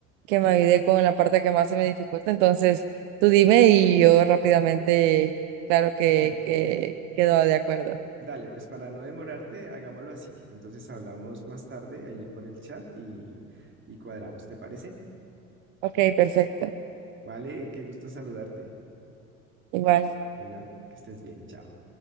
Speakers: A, on the right; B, on the right.
A: que me ayude con la parte que más se me dificulta. Entonces, tú dime y yo rápidamente, claro que,
B: <clears throat>
A: que quedo de acuerdo.
B: Dale, pues para no demorarte, hagámoslo así. Entonces hablamos más tarde ahí por el chat y, y cuadramos, ¿te parece?
A: Ok, perfecto.
B: Vale, qué gusto saludarte.
A: Igual.
B: Bueno, que estés bien, chao.